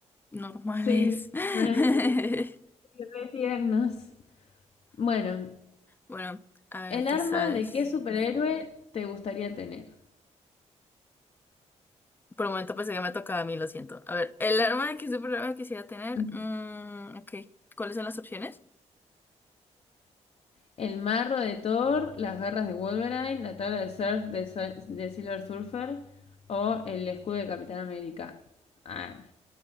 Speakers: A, on the left; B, on the left.
A: normales.
B: Sí,
A: <laughs>
B: friendly. Re tiernos. Bueno,
A: Bueno, a ver,
B: ¿el
A: ¿qué
B: arma
A: sabes?
B: de qué superhéroe te gustaría tener?
A: Por un momento pensé que me tocaba a mí, lo siento. A ver, el arma que superhéroe quisiera tener.
B: Ujú.
A: mm, ok, ¿cuáles son las opciones?
B: El marro de Thor, las garras de Wolverine, la tabla de surf de, Sa- de Silver Surfer o el escudo de Capitán América. Ah,